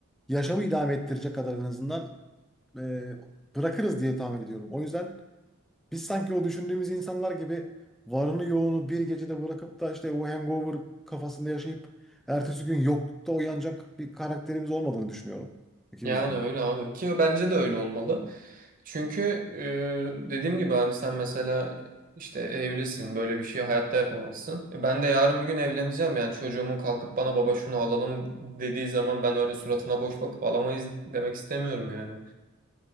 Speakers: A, in the centre; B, on the right (about 40°).
A: yaşamı idame ettirecek kadar en azından e, bırakırız diye tahmin ediyorum. O yüzden biz sanki o düşündüğümüz insanlar gibi varını yoğunu bir gecede bırakıp da işte o hangover kafasında yaşayıp ertesi gün yoklukta uyanacak bir karakterimiz olmadığını düşünüyorum ikimizin.
B: Yani öyle abi ki bence de öyle olmalı. Çünkü e, dediğim gibi hani sen mesela işte evlisin böyle bir şey hayatta yapamazsın. E, Ben de yarın bir gün evleneceğim yani çocuğumun kalkıp bana baba şunu alalım dediği zaman ben öyle suratına boş bakıp alamayız demek istemiyorum yani.